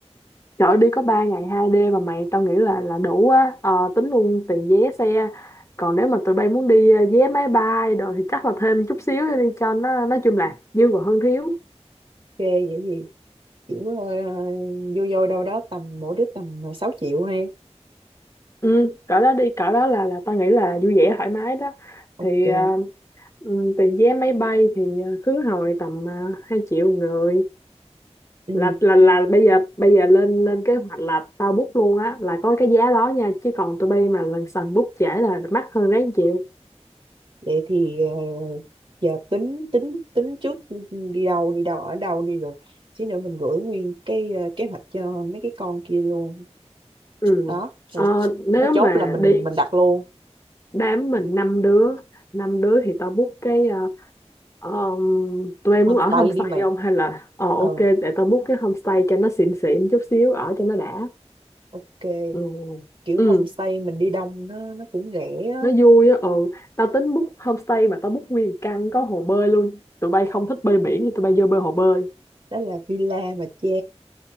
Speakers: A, on the left; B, on the right.
A: trời ơi, đi có 3 ngày 2 đêm mà mày tao nghĩ là là đủ á Ờ, tính luôn tiền vé xe còn nếu mà tụi bay muốn đi ờ, vé máy bay rồi thì chắc là thêm chút xíu đi cho nó nói chung là dư và hơn thiếu
B: Ok vậy gì kiểu uh, vô vô đâu đó tầm mỗi đứa tầm ờ, sáu triệu ha.
A: ừ cỡ đó đi cỡ đó là là tao nghĩ là vui vẻ thoải mái đó
B: Ok.
A: thì ờ, ừ, tiền vé máy bay thì ờ, khứ hồi tầm uh, 2 triệu người
B: Ừ.
A: là là là bây giờ bây giờ lên lên kế hoạch là tao book luôn á là có cái giá đó nha chứ còn tụi bay mà lần sần book trễ là mắc hơn ráng chịu
B: Vậy thì ờ, giờ tính tính tính trước ừ, ừ, đi đâu đi đâu ở đâu đi rồi. Chứ nữa mình gửi nguyên cái ờ, kế hoạch cho mấy cái con kia luôn.
A: Ừ.
B: Đó, rồi
A: Ờ, nếu
B: nó chốt
A: mà
B: là mình
A: đi
B: mình đặt luôn.
A: đám mình năm đứa năm đứa thì tao book cái ờ, um, tụi em
B: Homestay
A: muốn ở homestay
B: đi mày.
A: không hay là ờ ok
B: Ờ,
A: để tao book cái homestay cho nó xịn xịn chút xíu ở cho nó đã
B: ok.
A: ừ.
B: kiểu
A: ừ
B: homestay mình đi đông nó nó cũng rẻ á
A: nó vui á ừ tao tính book homestay mà tao book nguyên căn có hồ bơi luôn tụi bay không thích bơi biển thì tụi bay vô bơi hồ bơi
B: đó là villa mà cha